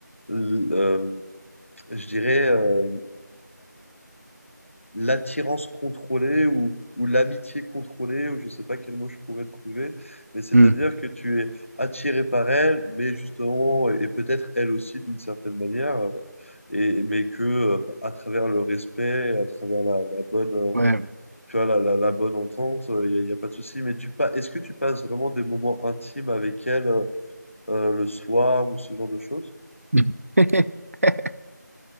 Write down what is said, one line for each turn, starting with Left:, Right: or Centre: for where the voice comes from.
Left: l- euh, je dirais, euh, l'attirance contrôlée ou, ou l'amitié contrôlée, ou je ne sais pas quel mot je pourrais trouver, mais c'est-à-dire
Right: Hmm.
Left: que tu es attiré par elle, mais justement, et peut-être elle aussi d'une certaine manière, euh, et, mais que euh, à travers le respect, à travers la, la bonne, euh,
Right: Ouais.
Left: tu vois, la, la, la bonne entente, il n'y a, y a pas de souci. Mais tu pas, est-ce que tu passes vraiment des moments intimes avec elle euh, euh, le soir ou ce genre de choses?
Right: <laughs>